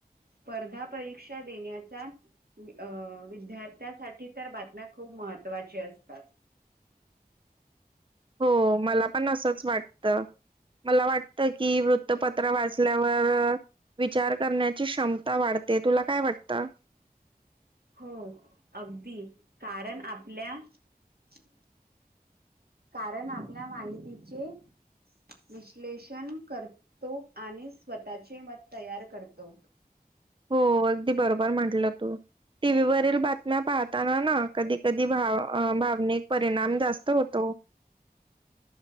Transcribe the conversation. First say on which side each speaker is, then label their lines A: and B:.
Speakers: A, on the right; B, on the right.
A: स्पर्धा परीक्षा देण्याचा <unintelligible> अं विद्यार्थ्यासाठी तर बातम्या खूप महत्त्वाची असतात <unintelligible>
B: हो मला पण असंच वाटतं मला वाटत कि वृत्तपत्र वाचल्यावर <unintelligible> विचार करण्याची क्षमता वाढते तुला काय वाटतं <unintelligible>
A: हो अगदी कारण आपल्या <unintelligible> कारण आपल्या माहितीचे <unintelligible> विश्लेषण करतो आणि स्वतः चे मत तयार करतो
B: हो अगदी बरोबर म्हटलं तू टी व्हीवरील बातम्या पाहताना ना कधी कधी भाव भावनिक परिणाम जास्त होतो